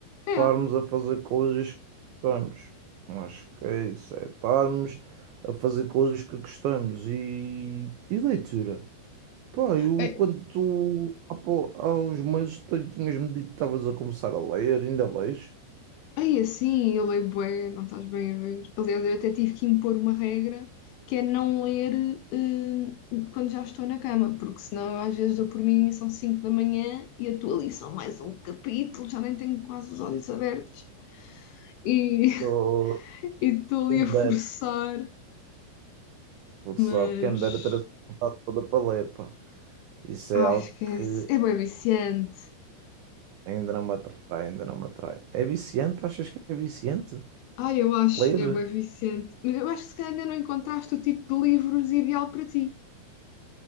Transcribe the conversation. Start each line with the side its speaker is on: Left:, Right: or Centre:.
Left: é,
Right: estarmos a fazer coisas que gostamos. Acho que é isso, é estarmos a fazer coisas que gostamos e, e leitura. Pá, eu
Left: é,
Right: quando tu há pou- há uns meses tu tinhas-me dito que estavas a começar a ler, ainda lês?
Left: é assim, eu leio bué, não estás bem a ver. Aliás, eu até tive que impor uma regra que é não ler hum, quando já estou na cama, porque senão eu às vezes dou por mim e são 5 da manhã e eu estou ali só mais um capítulo, já nem tenho quase os olhos abertos e
Right: Ou
Left: <laughs> e estou ali
Right: quem me
Left: a forçar,
Right: dera, por
Left: mas
Right: sabe, quem me dera ter essa vontade toda para ler, pá. Isso
Left: ai,
Right: é algo
Left: esquece,
Right: que
Left: é bué viciante.
Right: Ainda não me atrai, ainda não me atrai. É viciante? Achas que é viciante?
Left: Ai, eu acho,
Right: Ler?
Left: é bué viciante, mas eu acho que se calhar ainda não encontraste o tipo de livros ideal para ti.